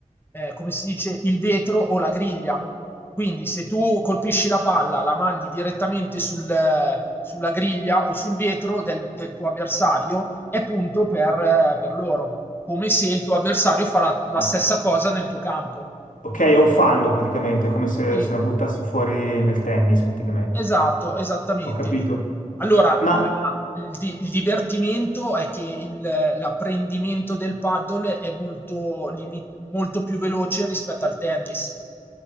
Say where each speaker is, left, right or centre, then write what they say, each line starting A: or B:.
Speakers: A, on the left (about 15°); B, on the left (about 80°).
A: eh, come si dice, il vetro o la griglia. Quindi se tu colpisci la palla, la mandi direttamente sul, eh, sulla griglia o sul vetro del, del tuo avversario, è punto per, eh, per loro, come se il tuo avversario fa la la
B: Ah,
A: stessa cosa nel tuo campo.
B: Ok, è un fallo praticamente, come se,
A: Sì,
B: se la buttassi fuori nel tennis praticamente.
A: esatto, esattamente.
B: Ho capito.
A: Allora,
B: Ma
A: la il di il divertimento è che il l'apprendimento del paddle è molto limi molto più veloce rispetto al tennis.